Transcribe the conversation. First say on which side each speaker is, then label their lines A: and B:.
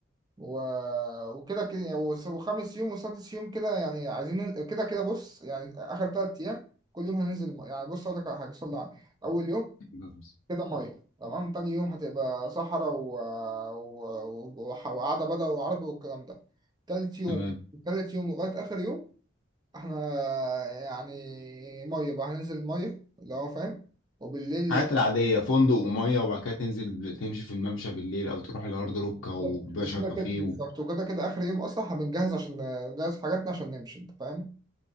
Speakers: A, on the right (about 20°); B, on the left (about 75°).
A: و... وكده كده يعني، وس- وخامس يوم وسادس يوم كده يعني عايزين نن- كده كده بص يعني آخر تلات أيام كل يوم هننزل م- يعني بص أقول لك على حاجة صلى على أول يوم
B: <laughs> بالظبط.
A: كده مية تمام تاني يوم هتبقى صحراء و... و... و... وح- وقعدة بدوي وعربي والكلام ده تالت يوم
B: تمام
A: تالت يوم لغاية آخر يوم إحنا يعني مية بقى هننزل مية اللي هو فاهم وبالليل
B: الحاجات العادية فندق ومية وبعد كده تنزل بال- تمشي في الممشى بالليل أو تروح الهارد روك
A: بالظبط
B: أو باشا
A: وكده
B: كافيه
A: كده بالظبط
B: و...
A: وكده كده اخر يوم اصلا هنجهز عشان نجهز حاجاتنا عشان نمشي انت فاهم